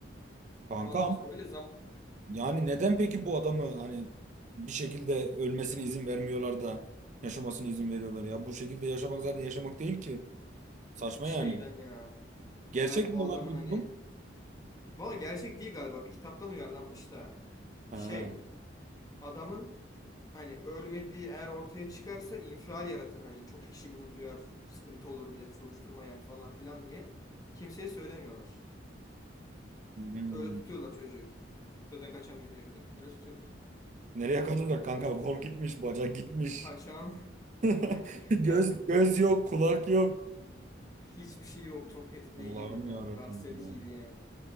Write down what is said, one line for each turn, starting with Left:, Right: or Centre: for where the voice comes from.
Right: Kankam.
Left: Falan işte öyle zam
Right: Yani neden peki bu adamı hani bir şekilde ölmesine izin vermiyorlar da yaşamasına izin veriyorlar ya? Bu şekilde yaşamak zaten yaşamak değil ki. Saçma
Left: şeyden
Right: yani.
Left: ya.
Right: Gerçek
Left: Eğer o
Right: mi
Left: adamın
Right: olan peki
Left: hani...
Right: bu?
Left: Valla gerçek değil galiba. Bir kitaptan uyarlanmış da.
Right: Ha.
Left: Şey adamın Hani ölmediği eğer ortaya çıkarsa infial yaratır. Hani çok kişi bunu duyar. Sıkıntı olur millet soruşturma yer falan filan diye. Kimseye söylemiyorlar.
Right: Hmm.
Left: Öyle tutuyorlar çocuğu. Zaten kaçamıyor bir yerden. Öyle tutuyorlar.
Right: Nereye kadar da kanka kol gitmiş, bacak gitmiş.
Left: Kaçan
Right: <laughs>
Left: <laughs>
Right: Göz
Left: kaç,
Right: göz yok, kulak yok.
Left: hiçbir şey yok. Çok etkileyiciydi.
Right: Allah'ım
Left: Bilmiyorum.
Right: ya Rabbim
Left: Rahatsız ediciydi
Right: ya.
Left: yani.